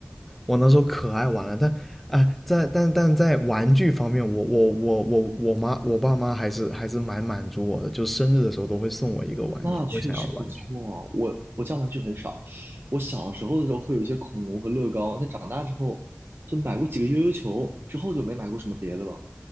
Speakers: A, in the centre; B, on the right.
A: 我那时候可爱玩了，但啊、呃在但但在玩具方面，我我我我我妈我爸妈还是还是蛮满足我的，就是生日的时候都会送我一个玩具，
B: 那确实不错。
A: 我想要的玩具。
B: 我我家玩具很少，我小时候的时候会有一些恐龙和乐高，但长大之后就买过几个悠悠球，之后就没买过什么别的了。